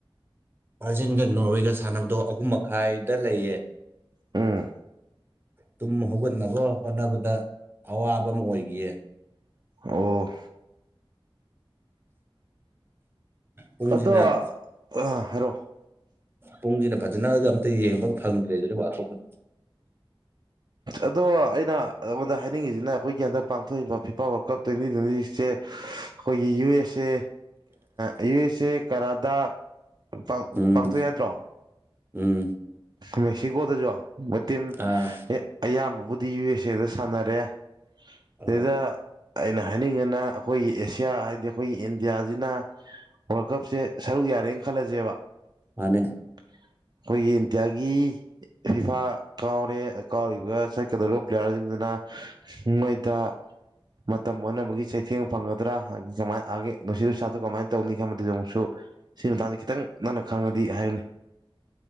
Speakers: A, on the right (about 25°); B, on the right (about 45°).
A: ꯕꯔꯖꯤꯦꯜꯒ ꯅꯣꯔꯋꯦꯒ ꯁꯥꯟꯅꯕꯗꯣ ꯑꯍꯨꯝ ꯃꯈꯥꯏ ꯗ ꯂꯩꯌꯦ
B: ꯎꯝ
A: ꯇꯨꯝ ꯍꯧꯒꯠꯅꯕ ꯍꯣꯠꯅꯕꯗ ꯑꯋꯥꯕ ꯑꯃ ꯑꯣꯏꯈꯤꯌꯦ
B: ꯑꯣ
A: ꯄꯨꯡꯁꯤꯅ
B: ꯑꯗꯣ ꯑ ꯍꯥꯏꯔꯛꯑꯣ
A: ꯄꯨꯡꯁꯤꯅ ꯐꯖꯅꯒ ꯑꯝꯇ ꯌꯦꯡꯕ ꯐꯪꯗꯔꯦ ꯑꯗꯨꯗꯤ ꯋꯥꯔꯜ ꯀꯞꯀ
B: ꯑꯗꯣ ꯑꯩꯅ ꯑꯩꯉꯣꯟꯗ ꯍꯥꯏꯅꯤꯡꯉꯤꯁꯤꯅ ꯑꯩꯈꯣꯏꯒꯤ ꯍꯟꯗꯛ ꯄꯥꯡꯊꯣꯛꯏꯕ FIFA world cup twenty twenty ꯁꯤꯛꯁꯁꯦ ꯑꯩꯈꯣꯏꯒꯤ ꯌꯨ ꯑꯦꯁ ꯑꯦ ꯌꯨ ꯑꯦꯁ ꯑꯦ ꯀꯅꯥꯗꯥ ꯄꯥꯡ
A: ꯎꯝ
B: ꯄꯥꯡꯊꯣꯛ ꯏ ꯅꯠꯇꯔꯣ
A: ꯎꯝ
B: ꯃꯦꯛꯁꯤꯀꯣꯗꯁꯨ <unintelligible>
A: ꯑꯥ
B: ꯑꯌꯥꯝꯕꯕꯨꯗꯤ ꯌꯨ ꯑꯦꯁ ꯑꯦꯗ ꯁꯥꯟꯅꯔꯦ
A: ꯑꯧ
B: ꯁꯤꯗ ꯑꯩꯅ ꯍꯥꯏꯅꯤꯡꯉꯅ ꯑꯩꯈꯣꯏꯒꯤ ꯑꯦꯁꯤꯌꯥ ꯍꯥꯏꯗꯤ ꯑꯩꯈꯣꯏꯒꯤ ꯏꯟꯗꯤꯌꯥꯁꯤꯅ ꯋꯥ‍꯭ꯔꯜ ꯀꯞꯁꯦ ꯁꯔꯨꯛ ꯌꯥꯔꯦꯅ ꯈꯜꯂꯁꯦꯕ ꯑꯩꯈꯣꯏꯒꯤ
A: ꯃꯥꯅꯦ
B: ꯏꯟꯗꯤꯌꯥꯒꯤ ꯐꯤꯐꯥ ꯀꯥꯎꯔꯦ ꯀꯥꯎꯔꯤꯕ ꯆꯠꯀꯗꯧꯔꯤꯕ ꯄ꯭ꯂꯦꯌꯥꯔꯁꯤꯡꯁꯤꯅ ꯃꯣꯏꯗ ꯃꯇꯝ ꯑꯣꯟꯅꯕꯒꯤ ꯆꯩꯊꯦꯡ ꯐꯪꯒꯗ꯭ꯔꯥ ꯍꯥꯏ ꯖꯃꯥꯏ ꯑꯥꯒꯤ ꯅꯨꯡꯁꯤꯠ ꯅꯨꯡꯁꯥꯠꯇꯣ ꯀꯃꯥꯏꯅ ꯇꯧꯅꯤ ꯈꯟꯕꯗꯁꯨ ꯑꯃꯨꯛꯁꯨ ꯁꯤ ꯃꯇꯥꯡꯗ ꯈꯤꯇꯪ ꯅꯪꯅ ꯈꯪꯉꯗꯤ ꯍꯥꯏꯌꯨꯅꯦ